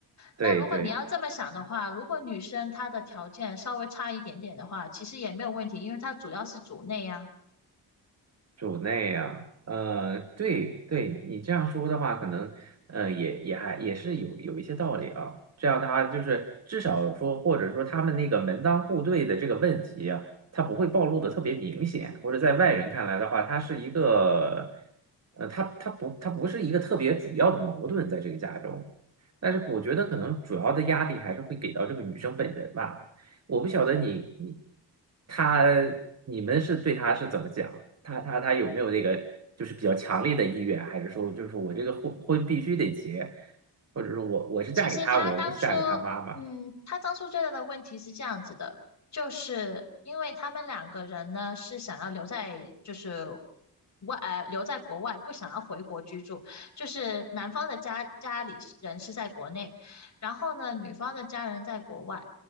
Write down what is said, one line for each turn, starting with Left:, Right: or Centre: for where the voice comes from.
Right: 对对。
Left: 那如果你要这么想的话，如果女生她的条件稍微差一点点的话，其实也没有问题，因为她主要是主内呀、
Right: 主内啊，呃，对对，你这样说的话，可能呃也也还也是有有一些道理啊。这样的话，就是至少说，或者说他们那个门当户对的这个问题啊，它不会暴露的特别明显，或者在外人看来的话，它是一个呃，它它不它不是一个特别主要的矛盾在这个家中。但是我觉得可能主要的压力还是会给到这个女生本人吧。我不晓得你你他你们是对他是怎么讲？他他他有没有那个就是比较强烈的意愿，还是说就是我这个婚婚必须得结，或者说我我是嫁给他，
Left: 其实他当初，
Right: 我不是嫁给他妈妈？
Left: 嗯，他当初最大的问题是这样子的，就是因为他们两个人呢是想要留在，就是外，呃，留在国外，不想要回国居住。就是男方的家家里是人是在国内，然后呢，女方的家人在国外，